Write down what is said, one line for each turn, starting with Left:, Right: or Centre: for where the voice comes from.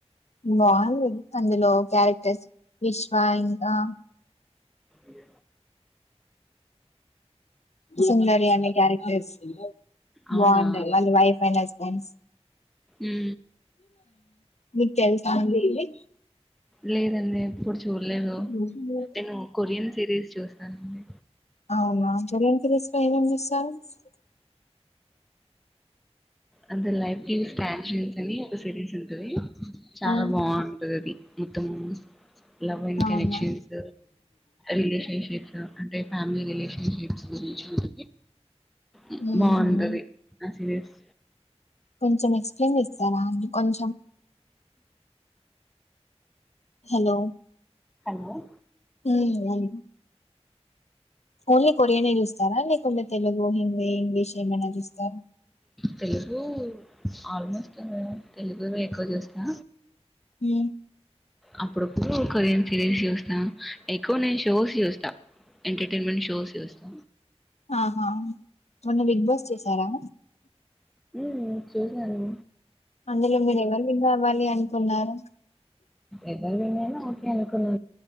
Left: బాగుంది అందులో క్యారెక్టర్స్ విశ్వ ఇంకా
Centre: ఏ
Left: సుందరి అనే క్యారక్స్ <unintelligible>
Centre: అవునా
Left: బాగుండది వాళ్ళ వైఫ్ అయినా థ్యాంక్స్
Centre: ఉ
Left: మీకు తెలుసా అండి ఇది
Centre: లేదండి నేను ఎప్పుడు చూడలేదు
Left: ఉమ్.
Centre: నేను కొరియన్ సిరీస్ చూస్తా అండి
Left: అవునా సరే ఏంత <unintelligible>
Centre: అంత లైఫ్ కి స్టాస్ <inaudible> అని ఒక సిరీస్ ఉంటది చాలా
Left: ఆ,
Centre: బాగుంటది అది ఇట్టము లవ్ అండ్
Left: అవునా
Centre: కనెక్షన్స్ రిలేషన్షిప్స్ అంటే ఫ్యామిలీ రిలేషన్షిప్స్ గురించి ఉంటుంది అ
Left: ఉమ్మ్.
Centre: బాగుంటుంది ఆ సిరీస్
Left: కొంచెం ఎక్స్ప్లెయిన్ చేస్తారా అని కొంచెం హలో
Centre: హలో
Left: హ్మ్ ఓన్లీ కొరియనే చూస్తారా లేదంటే తెలుగు హిందీ ఇంగ్లీష్ ఏమైనా చూస్తారా
Centre: తెలుగు ఆల్మోస్ట్ ఉ తెలుగువే ఎక్కువ చూస్తా
Left: ఉ
Centre: అప్పుడప్పుడు కొరియన్ సిరీస్ చూస్తా ఎక్కువ నేను షోస్ చూస్తా ఎంటర్టైన్మెంట్ షోస్ చూస్తా
Left: ఆహా మొన్న బిగ్ బాస్ చేసారా
Centre: ఉ చూసాను
Left: అందులో మీరు ఎవరి విన్ అవ్వాలి అన్ కునారు
Centre: ఎవరు విన్ అయిన ఓకే అనుకను